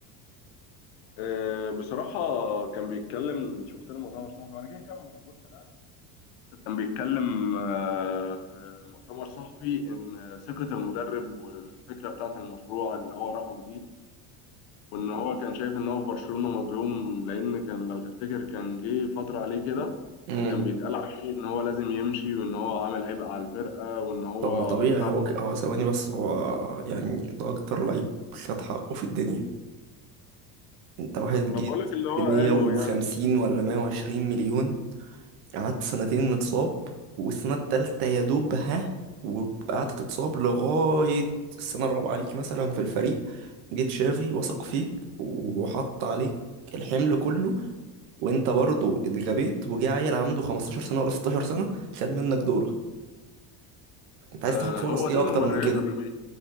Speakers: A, on the left (about 85°); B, on the right (about 85°).
A: آه، بصراحه كان بيتكلم شفت له مؤتمر صحفي انا كده كده ما بحبوش كلاعب كان بيتكلم آه، في مؤتمر صحفي ان ثقه المدرب والفكره بتاعت المشروع اللي هو راحه جديد وان هو كان شايف ان هو في برشلونة مظلوم لان كان لو تفتكر كان جه فترة عليه كده
B: امم
A: كان بيتقال عليه ان هو لازم يمشي وان هو عامل عبء على الفرقة وان هو
B: طب ما طبيعي
A: بتاع
B: هو ك... هو ثواني بس هو يعني ده اكتر لعيب خد حقه في الدنيا انت واحد
A: انا
B: جيت
A: بقول لك اللي هو
B: ب 150
A: قاله يعني
B: ولا 120 مليون قعدت سنتين متصاب والسنة التالتة يا دوب ها وقعدت تتصاب لغاية السنة الرابعة ليك مثلا في الفريق جيت شافي وثق فيك وحط عليك الحمل كله وانت برضو اتغبيت وجه عيل عنده 15 سنة ولا 16 سنة خد منك دورك انت عايز
A: آه
B: تاخد فرص
A: هو
B: ايه
A: دي
B: اكتر
A: مبرراته
B: من
A: اللي بي